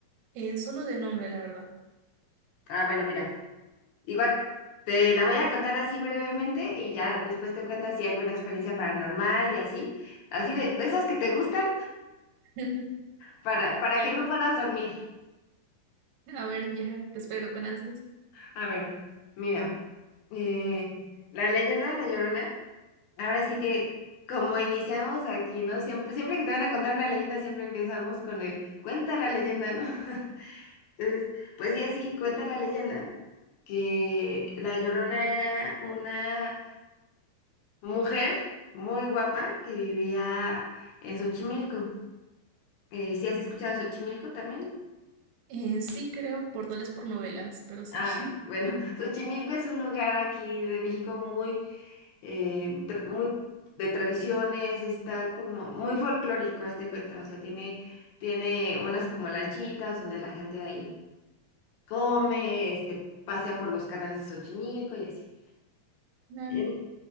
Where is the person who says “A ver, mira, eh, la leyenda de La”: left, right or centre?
Left